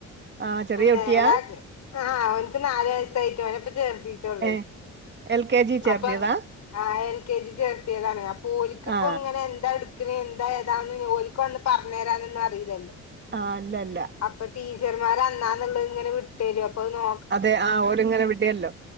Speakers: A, on the right; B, on the left.
A: ആ ചെറിയ
B: ആഹ് നേരാ
A: കുട്ടിയാ
B: <unintelligible> ആഹ് അവന്ക്ക് നാല് വയസ്സായിട്ടുള്ളു അവനെ ഇപ്പൊ ചേർത്തി റ്റൊള്ളേയ്
A: ഏ എൽ കെ ജി ചേർത്തിയതാ
B: അപ്പൊ ആഹ് എൽ കെ ജി ചേർത്തിയതാണ് അ ഓൽല് ഇപ്പം
A: ആ
B: ഇങ്ങനെ എന്താ എട്ക്കണെ എന്താ ഏതാ ഒന്നും ഓല്ക്ക് വന്ന് പറഞ്ഞ് തരാനൊന്നും അറിയിലല്ലോ
A: ആഹ് ഇല്ല ഇല്ല
B: അപ്പൊ ടീച്ചർമാര് അന്നാന്നുള്ളത് ഇങ്ങനെ വിട്ട് തരും അപ്പൊ അത് നോ
A: അതെ ആഹ് ഓര് ഇങ്ങനെ വിടൊല്ലോ